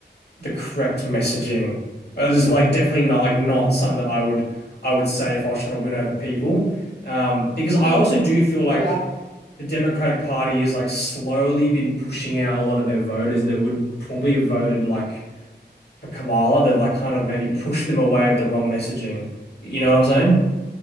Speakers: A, on the left; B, on the right.
A: the correct messaging it was like definitely not like not something that I would I would say if I was trying to win over people um because
B: I
A: I
B: mean,
A: also do feel like
B: yeah.
A: The Democratic Party is like slowly been pushing out a lot of their voters that would probably have voted like for Koala to like kind of maybe pushed them away with the wrong messaging. You know what I'm saying?